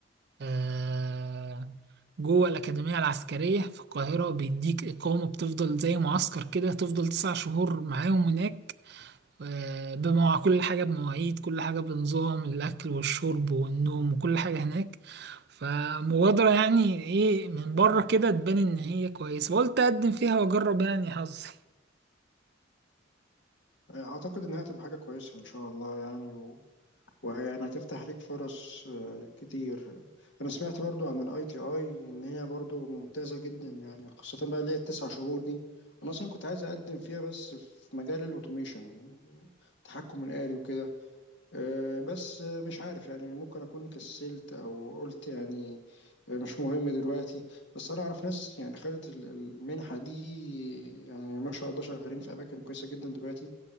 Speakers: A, on the right (about 50°); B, on the left (about 60°).
A: آه، جوه الأكاديمية العسكرية في القاهرة بيديك إقامة بتفضل زي معسكر كده تفضل تسع شهور معاهم هناك آه، بمواع كل حاجة بمواعيد كل حاجة بنظام الأكل والشرب والنوم وكل حاجة هناك فمبادرة يعني إيه من بره كده تبان إن هي كويسة وقلت أقدم فيها وأجرب يعني حظي
B: اعتقد انها هتبقى حاجة كويسة ان شاء الله يعني و... وهي يعني هتفتح ليك فرص آه، كتير انا سمعت برضو عن الاي تي اي ان هي برضو ممتازة جدا يعني خاصة بقى اللي هي التسع شهور دي انا اصلا كنت عايز اقدم فيها بس في مجال الاوتوميشن التحكم الآلي وكده آه، بس آه، مش عارف يعني ممكن أكون كسلت أو قلت يعني آه، مش مهم دلوقتي بس أنا أعرف ناس يعني خدت ال- المنحة دي يعني ما شاء الله شغالين في أماكن كويسة جدا دلوقتي